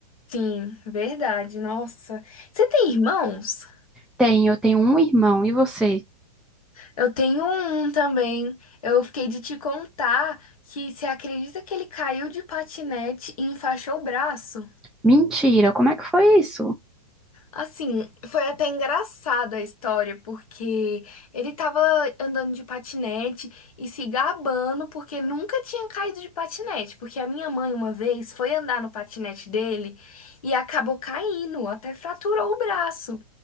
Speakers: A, on the left; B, in the centre.
A: Sim, verdade. Nossa. Você tem irmãos?
B: Tem, eu tenho um irmão, e você?
A: Eu tenho um também. Eu fiquei de te contar que você acredita que ele caiu de patinete e enfaixou o braço?
B: Mentira, como é que foi isso?
A: Assim, foi até engraçada a história, porque ele tava andando de patinete e se gabando porque nunca tinha caído de patinete. Porque a minha mãe, uma vez, foi andar no patinete dele e acabou caindo, até fraturou o braço.